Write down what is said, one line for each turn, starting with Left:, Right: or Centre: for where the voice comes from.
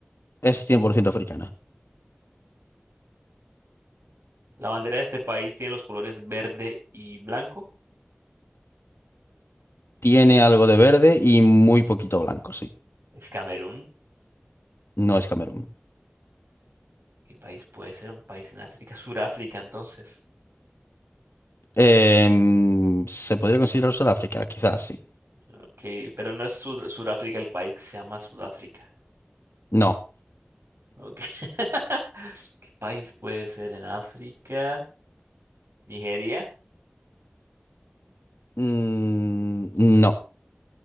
Left: Es 100% africana.
Right: La bandera de este país tiene los colores verde y blanco.
Left: Tiene algo de verde y muy poquito blanco, sí.
Right: Es Camerún.
Left: No es Camerún.
Right: ¿Qué país puede ser? Un país en África. Suráfrica, entonces.
Left: Em, se podría considerar Sudáfrica, quizás, sí.
Right: Ok, pero no es Sur- Suráfrica el país que se llama Sudáfrica.
Left: No.
Right: Ok. <laughs> ¿Qué país puede ser en África? Nigeria.
Left: Mm, no.